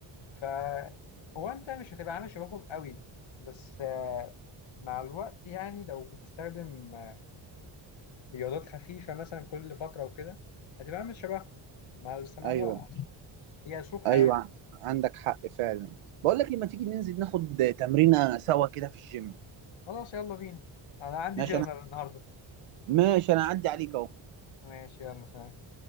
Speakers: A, on the left; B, on the right.
A: ف هو انت مش هتبقى عامل شبههم قوي بس آه، مع الوقت يعني لو بتستخدم آه، رياضات خفيفه مثلا كل فتره وكده هتبقى عامل شبههم مع بس مع
B: ايوه
A: الوقت هي اسلوب حياة
B: ايوه ع- عندك حق فعلا بقول لك لما تيجي ننزل ناخد تمرينه سوا كده في الجيم
A: خلاص يلا بينا انا عندي
B: ماشي
A: جنرال
B: انا
A: النهارده
B: ماشي انا اعدي عليك اهو
A: ماشي يلا سلام